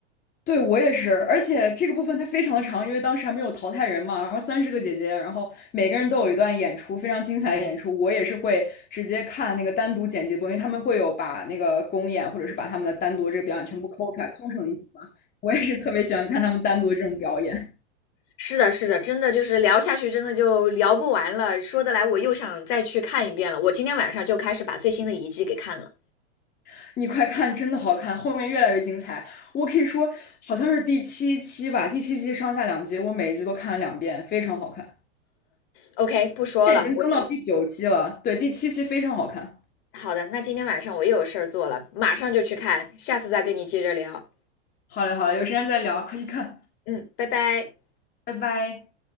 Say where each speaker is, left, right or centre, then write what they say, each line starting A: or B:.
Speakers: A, on the left; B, on the left.
A: 对，我也是，而且这个部分它非常的长，因为当时还没有淘汰人嘛，然后三十个姐姐，然后每个人都有一段演出，非常精彩的演出。我也是会直接看那个单独剪辑播，因为他们会有把那个公演或者是把他们的单独这个表演全部抠出来，抠成一集嘛。我也是特别喜欢看他们单独的这种表演。
B: 是的，是的，真的就是聊下去，真的就聊不完了。说得来，我又想再去看一遍了。我今天晚上就开始把最新的一季给看了。
A: <laughs> 你快看，真的好看，后面越来越精彩。我可以说，好像是第七期吧，第七期上下两集，我每一集都看了两遍，非常好看。
B: OK，不说了，
A: 现在已经更到第九期了，
B: 我
A: 对，第七期非常好看。
B: 好的，那今天晚上我又有事儿做了，马上就去看，下次再跟你接着聊。
A: 好嘞，好嘞，有时间再聊，快去看，
B: 嗯，拜拜。
A: 拜拜。